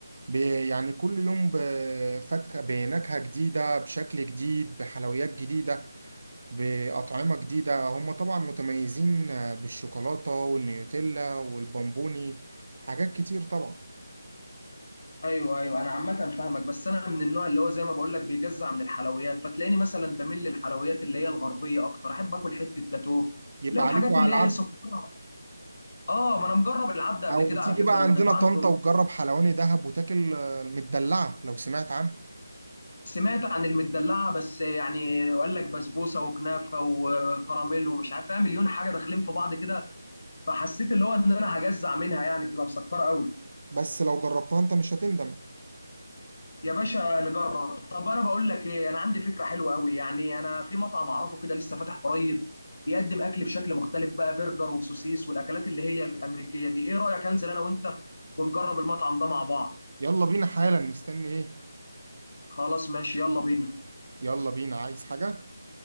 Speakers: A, on the right; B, on the left.
A: ب... يعني كل يوم بفك بنكهة جديدة بشكل جديد بحلويات جديدة بأطعمة جديدة هم طبعا متميزين بالشوكولاتة والنيوتيلا والبامبوني حاجات كتير طبعا
B: ايوه ايوه انا عامه فاهمك بس انا من النوع اللي هو زي ما بقول لك بيجزع من الحلويات فتلاقيني مثلا بميل للحلويات اللي هي الغربيه اكتر احب اكل حته جاتوه
A: يبقى
B: لا الحاجات
A: عليكوا على
B: اللي
A: العبد
B: هي سكر اه ما انا مجرب العبد قبل
A: او
B: كده
A: تيجي
B: على فكره
A: بقى
B: والجاتوه
A: عندنا طنطا
B: عنده
A: وتجرب حلواني دهب وتاكل المدلعة لو سمعت عنها
B: سمعت عن المدلعه بس يعني وقال لك بسبوسه وكنافه وكراميل ومش عارف فيها مليون حاجه داخلين في بعض كده فحسيت اللي هو ان انا هجزع منها يعني بتبقى مسكره قوي
A: بس لو جربتها انت مش هتندم
B: يا باشا نجرب طب انا بقول لك ايه انا عندي فكره حلوه قوي يعني انا في مطعم اعرفه كده لسه فاتح قريب بيقدم اكل بشكل مختلف بقى برجر وسوسيس والاكلات اللي هي الامريكيه دي ايه رايك انزل انا وانت ونجرب المطعم ده مع بعض
A: يلا بينا حالا مستني ايه
B: خلاص ماشي يلا بينا
A: يلا بينا عايز حاجة